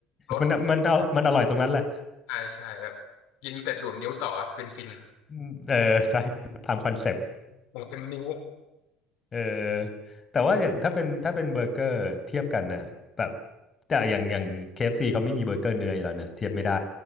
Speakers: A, on the left; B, on the left.
A: รส
B: มันมันเอามันอร่อยตรงนั้นแหละ
A: ใช่ใช่ครับกินเสร็จดูดนิ้วต่อฟินฟิน
B: อืมเออใช่ <laughs> ตามคอนเซปต์
A: หมดเต็มนิ้ว
B: เออแต่ว่าอย่างถ้าเป็นถ้าเป็นเบอร์เกอร์เทียบกันน่ะแบบแต่อย่างอย่าง KFC เอฟซีเขาไม่มีเบอร์เกอร์เนื้ออยู่แล้วเน่ะเทียบไม่ได้